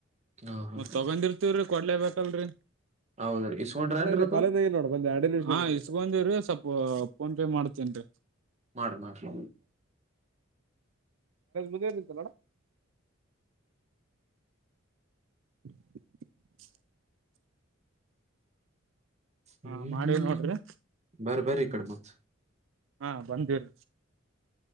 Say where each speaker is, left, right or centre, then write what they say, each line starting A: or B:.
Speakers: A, on the right; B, on the right.
A: ಹಾ ಹಾ
B: ಮತ್ತ ತಗೊಂಡಿರ್ತೀವ್ರೀ ಕೊಡ್ಲೇ ಬತಲ್ರರಿ
A: ಹೌದ್ರಿ ಇಸ್ಕೊಂಡ್ರ
B: ನ
A: ಅನ್ರಿ
B: ಇಲ್ಲಿ
A: ಅದು
B: ಕಾಲೇದಾಗಿ ನೋಡು ಬಂದೆ ಎರಡು ನಿಮಿಷ ಇಗಂದ ಸ್ವಲ್ ಫೋನ್ ಪೇ ಮಾಡ್ತೇನ್ ರೀ
A: ಮಾಡ್ರಿ ಮಾಡ್ರಿ
B: ಲ್ಲಡ <unintelligible>
A: ಹ್ಮ
B: ಹಾ ಮಾಡಿ
A: ಹ್ಮ್
B: ನೋಡ್ರಿ
A: ಬರಬರ ಇಕಡ ಮತ್
B: ಹಾ ಬಂದಿರ